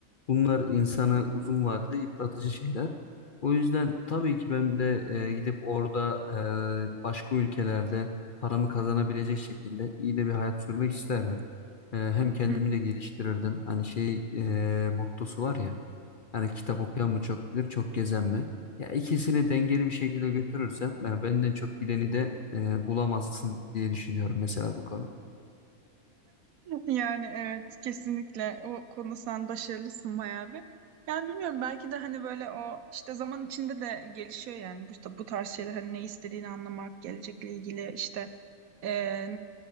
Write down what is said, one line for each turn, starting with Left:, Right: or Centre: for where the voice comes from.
Left: bunlar insanı uzun vadede yıpratıcı şeyler. O yüzden tabii ki ben de e, gidip orada e, başka ülkelerde paramı kazanabilecek şekilde iyi de bir hayat sürmek isterdim. E, hem kendimi
Right: <laughs>
Left: de geliştirirdim hani şey e, mottosu var ya. Hani kitap okuyan mı çok bilir, çok gezen mi? Ya ikisini dengeli bir şekilde götürürsem ben benden çok bileni de e, bulamazsın diye düşünüyorum mesela bu konuda.
Right: Yani evet kesinlikle o konuda sen başarılısın bayağı bir. Yani bilmiyorum belki de hani böyle o işte zaman içinde de gelişiyor yani bu, işte bu tarz şeyler hani ne istediğini anlamak, gelecekle ilgili işte Ee,